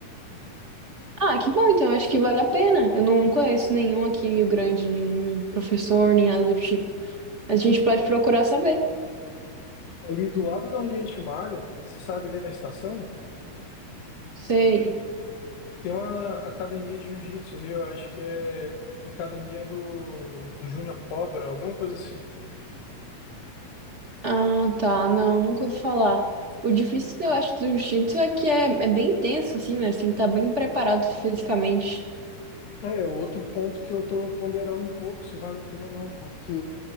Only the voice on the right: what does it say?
Ah, que bom, então acho que vale a pena. Eu não conheço nenhum aqui em Rio Grande, nenhum professor, nem nada do tipo. Mas a gente pode procurar saber.
Sei.
Ah, tá, não, nunca ouvi falar. O difícil, eu acho, do jiu-jitsu é que é, é bem tenso, assim, né? Você tem que estar bem preparado fisicamente.